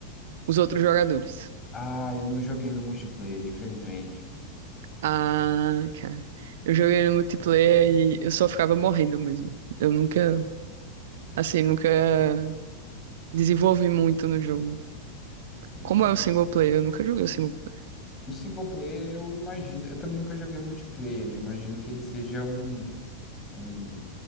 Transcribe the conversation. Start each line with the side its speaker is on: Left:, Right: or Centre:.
Right: Os outros jogadores.
Left: Ah, eu não joguei no multiplayer, infelizmente.
Right: Ah, cara. Eu joguei no multiplayer e eu só ficava morrendo mesmo. Eu nunca, assim, nunca desenvolvi muito no jogo.
Left: Entendi.
Right: Como é o single player? Eu nunca joguei o single player.
Left: O single player, eu imagino. Eu também nunca joguei o multiplayer. Eu imagino que ele seja um, um,